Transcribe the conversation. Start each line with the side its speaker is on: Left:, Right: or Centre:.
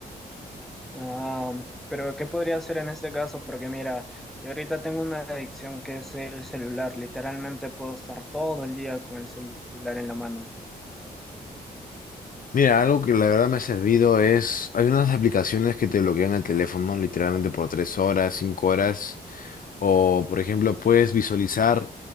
Centre: Ah, pero ¿qué podría hacer en este caso? Porque mira, yo ahorita tengo una adicción que es el celular. Literalmente puedo estar todo el día con el celular en la mano.
Left: Mira, algo que la verdad me ha servido es, hay unas aplicaciones que te bloquean el teléfono literalmente por tres horas, cinco horas. O, por ejemplo, puedes visualizar